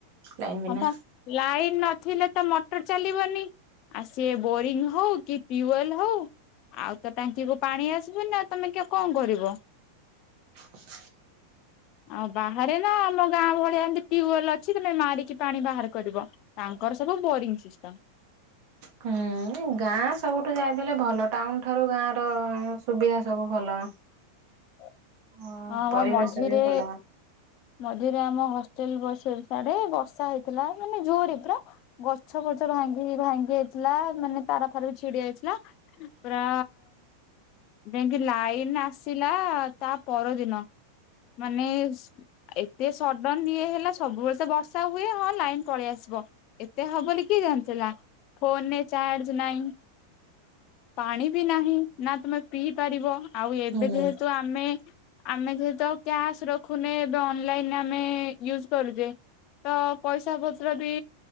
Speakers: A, on the right; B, on the left.
A: ଲାଇନ ବିନା
B: ହଁ ପା ଲାଇନ ନ ଥିଲେ ତ ମଟର ଚାଲିବନି ଆଉ ସିଏ ବୋରିଙ୍ଗ ହଉ କି ଟିୱେଲ ହଉ ଆଉ ତ ଟାଙ୍କି କୁ ପାଣି ଆସିବନି ଆଉ ତମେ କିଏ କଣ କରିବ?
A: <unintelligible>
B: ଆଉ ବାହାରେ ନା ଆମ ଗାଁ ଭଳିଆ ଏମିତି ଟ୍ୟୁବଲ ଅଛି ତମେ ମାରିକି ପାଣି ବାହାର କରିବ ତାଙ୍କର ସବୁ ବୋରିଙ୍ଗ ସିଷ୍ଟମ।
A: ହୁଁ ଗାଁ ସବୁଠୁ ଯାଇଥିଲେ ଭଲ ଟାଉନ ଠାରୁ ଗାଁ ର ସୁବିଧା ସବୁ ଭଲ।
B: ହୁଁ।
A: ହଁ
B: ହଁବା
A: ପରିବେଶ
B: ମଝିରେ
A: ବି ଭଲ
B: ମଝିରେ ଆମ ହଷ୍ଟେଲ ବସେ ସିଆଡେ ବର୍ଷା ହେଇଥିଲା ମାନେ ଜୋରରେ ପୁରା ଗଛ ଫଛ ଭାଙ୍ଗି ଭାଙ୍ଗି ଥିଲା ମାନେ ତାର ଫାର ବି ଛିଡି ଯାଇ ହେଲା ପୁରା ଯାଇକି ଲାଇନ ଆସିଲା ତା ପରଦିନ। ମାନେ ଏତେ ସଡନ ଇଏ ହେଲା ସବୁବେଳେ ତ ବର୍ଷା ହୁଏ ହଁ ଲାଇନ ପଳେଇ ଆସେ ଵ ଏତେ ହବ ବୋଲି କିଏ ଜାଣିଥିଲା। ଫୋନରେ ଚାର୍ଜ ନାଇ ପାଣି ବି ନାହିଁ ନା ତମେ ପିଇ ପାରିବ ଆଉ ଏବେ
A: ହୁଁ
B: ଯେହେତୁ ଆମେ ଆମେ ଯେହେତୁ ଆଉ କ୍ୟାସ ରଖୁନେ ଏବେ ଅନଲାଇନ ଆମେ ୟୁଜ କରୁଛେ ତ ପଇସା ପତ୍ର ବି